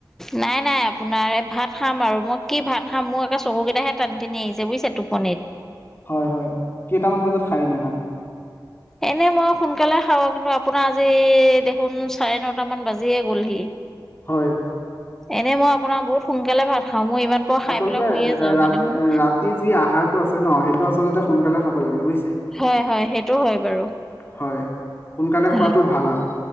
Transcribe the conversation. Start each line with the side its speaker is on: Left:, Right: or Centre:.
Centre: নাই-নাই আপোনাৰ এই ভাত খাম আৰু মই কি ভাত খাম মোৰ আকৌ চকুকেইটাহে টানি-টানি আহিছে বুজিছে টোপনিত। <unintelligible>
Left: হয়-হয়। কেইটামান বজাত খাই এনেই ভাত? <unintelligible>
Centre: এনেই মই সোনকালে খাওঁ কিন্তু আপোনাৰ আজি দেখোন চাৰে ন <unintelligible> নটামান বাজিয়ে গ'লহি। <unintelligible>
Left: হয়। <unintelligible>
Centre: এনেই মই আপোনাৰ বহুত সোনকালে ভাত খাওঁ মই ইমান প খাই
Left: আচলতে
Centre: পেলাই শুইয়ে যাওঁ
Left: ৰা
Centre: মানে মোৰ-
Left: ৰাতি যি আহাৰটো আছে ন সেইটো আচলতে সোনকালে খাব লাগে বুজিছে।
Centre: হয় হয় সেইটো হয় বাৰু।
Left: হয়, সোনকালে
Centre: হয়
Left: খোৱাতটো ভাল আৰু।